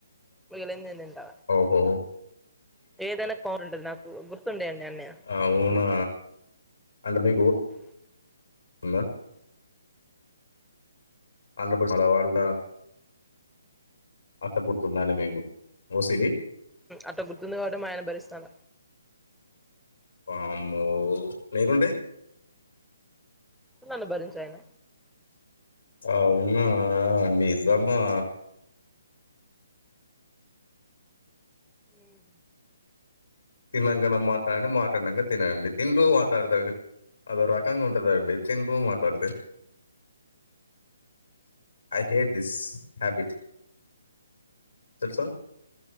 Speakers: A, in the centre; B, on the left.
A: మిగిలింది నేను తింటా
B: ఓహో
A: ఏదైనా కౌంట్ ఉంటది నాకు గుర్తుండేయండి అన్నీ
B: అవునా అంటే మీ
A: దోసె
B: ఇంగ ఆంధ్రప్రదేశ్ చాల వాడు అట్లా గుర్తుండి మీకు ఓసి డి
A: అట్లా గుర్తుంది కాబట్టి మా ఆయన భరిస్తాన
B: వామ్మో లేకుంటే
A: నన్ను భరించు ఆయన
B: వావ్ అనా నిజమా
A: ఉమ్
B: తిన్నాకనే మాట్లాడండి మాట్లాడాంగా తినండి తింటూ మాట్లాడుతారు గా అదో రకంగా ఉంటుందండి తింటూ మాట్లాడితే ఐ హేట్ దిస్ హ్యాబిట్ తెలుసా